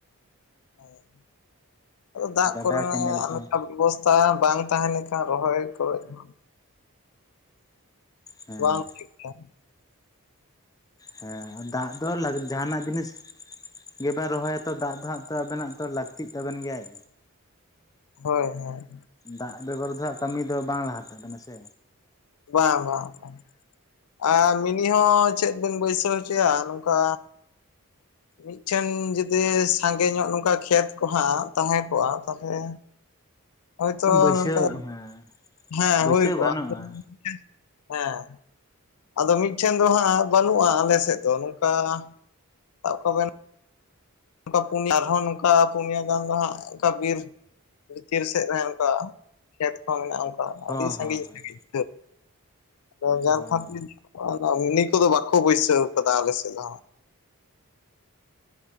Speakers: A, on the left (about 80°); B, on the left (about 15°).
A: <inaudible> ᱟᱫᱚ ᱫᱟᱜ
B: ᱜᱟᱰᱟ
A: ᱠᱚᱨᱮᱱᱟᱜ
B: ᱠᱮᱱᱮᱞ ᱠᱚᱦᱚᱸ
A: ᱚᱱᱠᱟ ᱵᱮᱵᱚᱥᱛᱷᱟ ᱵᱟᱝ ᱛᱟᱦᱮᱸ ᱞᱮᱱ ᱠᱷᱟᱱ ᱨᱚᱦᱚᱭ ᱠᱚᱨᱮ ᱦᱚᱸ
B: ᱦᱮᱸ
A: ᱵᱟᱝ ᱦᱩᱭᱩᱜ ᱜᱮᱭᱟ᱾
B: ᱦᱮᱸ ᱫᱟᱜ ᱫᱚ ᱞᱟᱜ ᱡᱟᱦᱟᱸᱱᱟᱜ ᱡᱤᱱᱤᱥ ᱤᱭᱟᱹ ᱵᱮᱱ ᱨᱚᱦᱚᱭᱟᱛᱚ ᱫᱟᱜ ᱫᱚ ᱦᱟᱸᱜ ᱛᱚ ᱟᱵᱮᱱᱟᱜ ᱛᱚ ᱞᱟᱹᱠᱛᱤᱜ ᱛᱟᱵᱮᱱ ᱜᱮᱭᱟᱭ᱾
A: ᱦᱳᱭ ᱦᱳᱭ᱾
B: ᱫᱟᱜ ᱵᱮᱜᱚᱨ ᱫᱚ ᱦᱟᱸᱜ ᱠᱟᱹᱢᱤ ᱫᱚ ᱵᱟᱝ ᱞᱟᱦᱟ ᱛᱟᱵᱮᱱᱟ ᱥᱮ᱾
A: ᱵᱟᱝ ᱵᱟᱝ ᱵᱟᱝ ᱟᱨ ᱢᱤᱱᱤ ᱦᱚᱸ ᱪᱮᱫ ᱵᱮᱱ ᱵᱟᱹᱭᱥᱟᱹᱣ ᱦᱚᱪᱚᱭᱟ ᱱᱚᱝᱠᱟ ᱢᱤᱫᱴᱷᱮᱱ ᱡᱩᱫᱤ ᱥᱟᱸᱜᱮ ᱧᱚᱜ ᱱᱚᱝᱠᱟ ᱠᱷᱮᱛ ᱠᱚᱦᱟᱸᱜ ᱛᱟᱦᱮᱸ ᱠᱚᱜᱼᱟ ᱛᱟᱞᱦᱮ ᱦᱳᱭᱛᱚ
B: ᱵᱟᱹᱭᱥᱟᱹᱣ
A: ᱱᱚᱝᱠᱟ
B: ᱦᱮᱸ
A: ᱦᱮᱸ
B: ᱵᱟᱹᱭᱥᱟᱹᱣ
A: ᱦᱩᱭ ᱠᱚᱜᱼᱟ
B: ᱜᱟᱱᱚᱜᱼᱟ
A: ᱦᱮᱸ᱾ ᱟᱫᱚ ᱢᱤᱫᱴᱷᱮᱱ ᱫᱚ ᱦᱟᱸᱜ ᱵᱟᱹᱱᱩᱜᱼᱟ ᱟᱞᱮ ᱥᱮᱫ ᱫᱚ ᱱᱚᱝᱠᱟ ᱥᱟᱵ ᱠᱟᱜ ᱵᱮᱱ ᱱᱚᱝᱠᱟ ᱯᱩᱱᱭ ᱟᱨᱦᱚᱸ ᱱᱚᱝᱠᱟ ᱯᱩᱱᱭ ᱜᱟᱱ ᱫᱚ ᱦᱟᱸᱜ ᱚᱱᱠᱟ ᱵᱤᱨ ᱵᱷᱤᱛᱤᱨ ᱥᱮᱫ ᱨᱮ ᱚᱱᱠᱟ ᱠᱷᱮᱛ ᱠᱚᱸ ᱢᱮᱱᱟᱜᱼᱟ ᱚᱱᱠᱟ
B: ᱦᱚᱸ
A: ᱟᱹᱰᱤ ᱥᱟᱺᱜᱤᱧ
B: ᱦᱚᱸ ᱦᱚᱸ
A: ᱥᱟᱺᱜᱤᱧ ᱟᱫᱚ ᱡᱟ
B: ᱦᱚᱸ
A: ᱠᱷᱟᱹᱛᱤᱨ ᱢᱤᱱᱤ ᱠᱚᱫᱚ ᱵᱟᱠᱚ ᱵᱟᱹᱭᱥᱟᱹᱣ ᱠᱟᱫᱟ ᱟᱞᱮ ᱥᱮᱫ ᱫᱚ᱾